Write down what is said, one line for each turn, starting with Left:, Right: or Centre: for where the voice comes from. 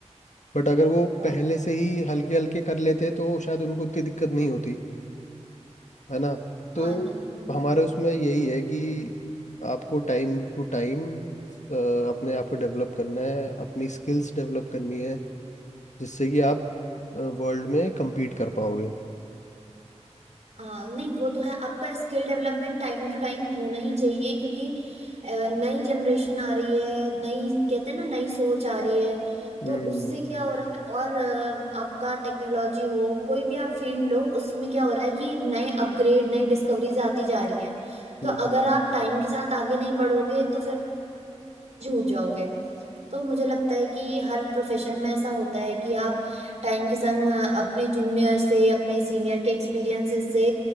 Left: बट अगर वो
Right: हाँ
Left: पहले से ही हल्के हल्के कर लेते तो शायद उनको इतनी दिक्कत नहीं होती है ना
Right: हाँ,
Left: तो
Right: नहीं,
Left: हमारे उसमें यही है कि आपको टाइम टू टाइम अपने आप को डेवलप करना है अपनी स्किल्स डेवलप करनी है जिससे कि आप वर्ल्ड में compete कर पाओगे
Right: हाँ नहीं वो तो है आपका skill development time to time होना ही चाहिए क्योंकि अ, नई जनरेशन आ रही है नई कहते हैं ना नई सोच आ रही है
Left: हम्म
Right: तो उससे क्या हो रहा है और अ, आपका टेक्नोलॉजी हो कोई भी आप फील्ड लो उसमें क्या हो रहा है कि नए अपग्रेड नई डिस्कवरीज आती जा रही हैं
Left: हम्म
Right: तो अगर आप टाइम के साथ आगे नहीं बढ़ोगे तो फिर झूठ जाओगे तो मुझे लगता है कि हर प्रोफेशन में ऐसा होता है कि आप टाइम के संग अ, अपने जूनियर से अपने सीनियर के एक्सपीरियंसेस से